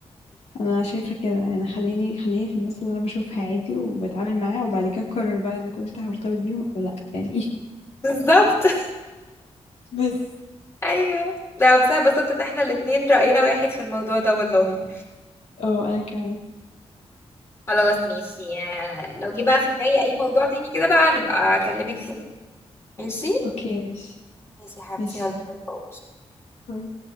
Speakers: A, on the left; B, on the left.
A: انا شايفه كده يعني خليني خليني في الناس اللي انا بشوفها عادي وبتعامل معاها وبعد كده اقرر بقى اذا كنت هرتبط بيهم او لا يعني
B: بالظبط <laughs>
A: <laughs> بس
B: ايوه ده بس انا اتبسطت ان احنا الاتنين رأينا واحد في الموضوع ده والله
A: اه انا كمان
B: خلاص ماشي آه، لو جه بقى في دماغي اي موضوع تاني كده بقى هنبقى اكلمك فيه ماشي
A: اوكي ماشي
B: ماشي يا حبيبتي
A: ماشي
B: يلا باي باي
A: باي.